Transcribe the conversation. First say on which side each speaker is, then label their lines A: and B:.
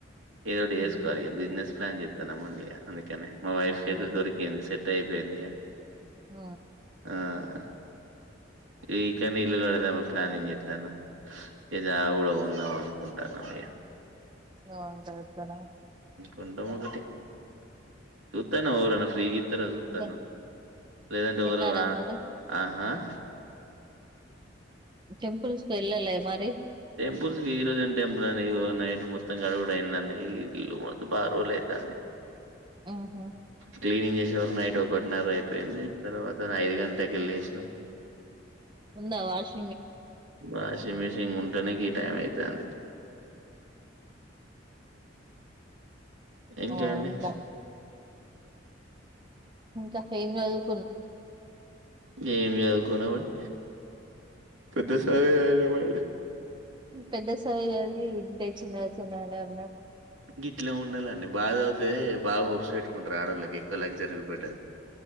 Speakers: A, on the right (about 80°); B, on the right (about 25°).
A: ఏదో ఒకటి
B: మీరు
A: చేసుకోవాలి బిజినెస్. ప్లాన్ చెస్తున్నముందే అందుకనే మా వైఫ్
B: ఉమ్
A: కైతే దొరికింది సెటై అయిపోయింది ఇక.
B: ఉమ్
A: ఆహ్. ఇకనే ఇల్లు కడదామని ప్లానింగ్ చేస్తున్నాం జాగా కూడా కొందాం అనుకుంటు. ఆహ్ ఇగ.
B: ఆవ్ కడతారా.
A: వుంటం ఒకటి చూతాన్న ఒవరన్నా ఫ్రీ గి. తిర్గా చూతానం
B: ఇంకా
A: లేదంటే
B: తిన్నారా
A: ఎవరో ఆహా
B: మరి
A: ఆహ్.
B: టెంపుల్స్ కి వెళ్ళలే మరి
A: టెంపుల్స్ కి ఈరోజ్ ఏం టెంపుల్ అండి ఇగో నైట్ మొత్. మొత్తం కడుగుడు అయిందడి ఇల్లు మెత్తం బాగా రోజూలు అయితంది.
B: ఉహు
A: క్లీనింగ్ చేస్. ఇగ నైట్ ఒకటి న్నర అయిపోయింది తర్వాత ఐదు గంటలకే లేసినం.
B: ఉందా వాష్.
A: వాషింగ్ మిషన్ ఉంటనే ఈ టైం అయితాంది. ఇంక
B: ఆ
A: అండి.
B: ఉందా ఇంకా ఏం చదువు.
A: ఏం సదుకున్నామండి. ద్దస్సరే అయనమండి.
B: పెద్ద చదువు చదివి ఇంతే చిన్న చిన్నగనే ఉన్నారు.
A: గిట్లే ఉండాలండి బాగా చదువుతే బాగా హోప్స్ పెట్టుకుంటారు ఆడవోళ్ళకి ఎక్కువ లగ్జరీ చూపెట్టొద్దు.